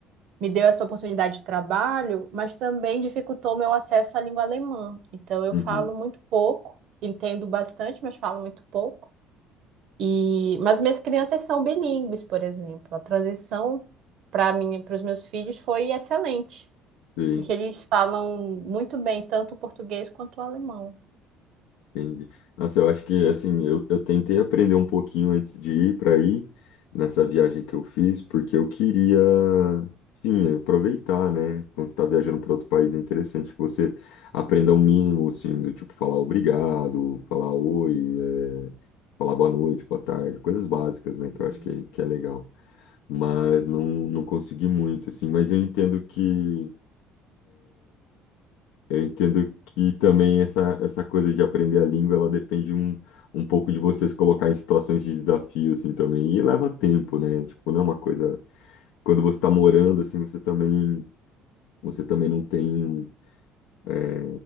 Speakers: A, on the right; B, on the left.
A: me deu essa oportunidade de trabalho, mas também dificultou meu acesso à língua alemã. Então, eu
B: uhum.
A: falo muito pouco, entendo bastante, mas falo muito pouco. E, mas minhas crianças são bilíngues, por exemplo. A transição para mim, para os meus filhos foi excelente.
B: Sim,
A: Porque eles falam muito bem tanto o português quanto o alemão.
B: entendi. Nossa, eu acho que assim, eu, eu tentei aprender um pouquinho antes de ir para aí, nessa viagem que eu fiz, porque eu queria, enfim, aproveitar, né? Quando você está viajando para outro país, é interessante que você aprenda o mínimo, assim, do tipo falar obrigado, falar oi. é, falar boa noite, boa tarde, coisas básicas, né, que
A: Hum.
B: eu acho que, que é legal. Mas não, não consegui muito, assim. Mas eu entendo que eu entendo que também essa, essa coisa de aprender a língua, ela depende um, um pouco de vocês colocar em situações de desafio, assim, também. E leva tempo, né? Tipo, não é uma coisa... Quando você está morando, assim, você também, você também não tem... é,